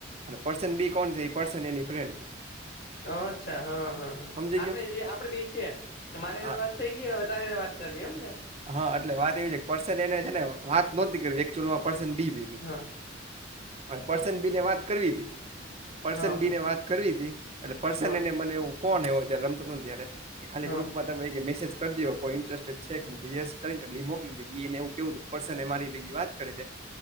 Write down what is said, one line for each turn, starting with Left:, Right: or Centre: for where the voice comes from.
Right: અને પર્સન બી કોણ છે એ પર્સન એની ફ્રેન્ડ છે
Left: અચ્છા હા હા હા
Right: સમજી
Left: આપડે
Right: ગયો
Left: જે આપડે બેસીએ મારે
Right: હા
Left: વાત થઈ હ તારે વાત કરવી એમને
Right: હા એટલે વાત એવી છે પર્સન એને છે ને વાત નહોતી કરચઅલમાં પર્સન બી ભેગી
Left: હા
Right: પર્સન બી ને વાત કરવી હતી પર્સન
Left: હા હા
Right: બી ને વાત કરવી હતી એટલે પર્સન
Left: હા
Right: એને મને એવું ફોન એો્યારે રમતો હતો ને ત્યારે કે ખાલી
Left: હા
Right: ગ્રુપમાં તમે મેસેજ કરી દો કોઈ ઇન્ટરેસ્ટેડ છે કે યસ કરીને એટ એ મોકલી એને એું કેવું હતું પર્સન એ મારી ભેગી વાત કરે છે